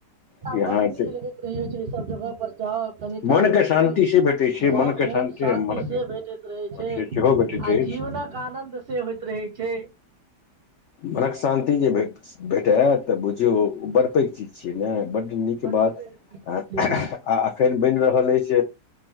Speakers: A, on the right (about 55°); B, on the left (about 70°).
A: ताऽ
B: कि
A: बडु
B: अहाँ एते
A: नीक लगैत रहै छै एहि सब जगह पर जाउ कनि काल
B: मनके
A: बैसू
B: शान्ति से भेटैत छै
A: मन
B: मनके शान्ति
A: शांति
B: मन
A: से भेटैत रहै छै आ
B: से सेहो भेटैत अछि
A: जीवन क आनन्द से होइत रहै छै।
B: मनक शान्ति जेे भेट भेटे तऽ बुझियौ ओ बड़ पैघ चीज छियै ने बड नीक
A: बड्ड
B: बात
A: पैघ चीज
B: आ
A: छियै
B: अखेन बनि रहल अइछ।